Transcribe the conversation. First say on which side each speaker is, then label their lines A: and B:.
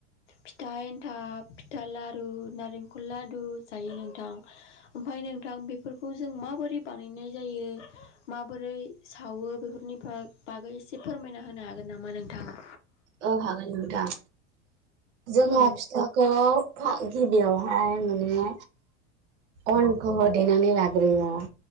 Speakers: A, on the left (about 80°); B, on the right (about 75°).
A: फिथा एन्थाब फिथा लारु नारेंखल लदु जायो नोंथां ओमफ्राय नोंथां बेफोरखौ जों माबोरै बानायनाय जायो माबोरै सावो बेफोरनिफ्राय बागै एसे फोरमायना होनो हागोन नामा नोंथाङा
B: औ हागोन नोंथां जोंहा
A: औ
B: फिथाखौ गिबियावहाय माने अनखौ देनानै लाग्रोयो